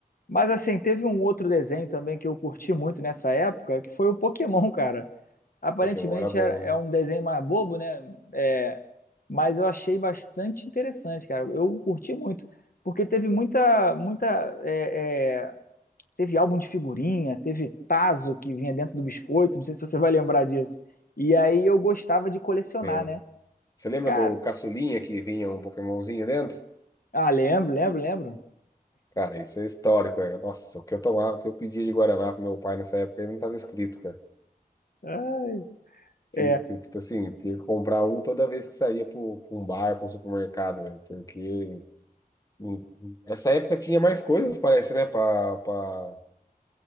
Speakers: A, on the left; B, on the left.
A: Mas assim, teve um outro desenho também que eu curti muito nessa época, que foi o Pokémon, cara. Aparentemente
B: Pokémon era bom,
A: era- é um
B: né?
A: desenho mais bobo, né? É, mas eu achei bastante interessante, cara. Eu curti muito, porque teve muita, muita é, é, teve álbum de figurinha, teve tazo que vinha dentro do biscoito, não sei se você vai lembrar disso. E aí eu gostava de colecionar,
B: É,
A: né?
B: Você lembra
A: Cara,
B: do caçulinha que vinha um Pokémonzinho dentro?
A: ah, lembro, lembro, lembro.
B: Cara, isso é histórico, né? Nossa, o que eu tomava, o que eu pedia de Guaraná pro meu pai nessa época, ele não tava escrito, cara.
A: Ah,
B: Ti-
A: é,
B: ti- Tipo assim, tinha que comprar um toda vez que saía para um bar, para um supermercado, velho. Porque hum, essa época tinha mais coisas, parece, né, para pra,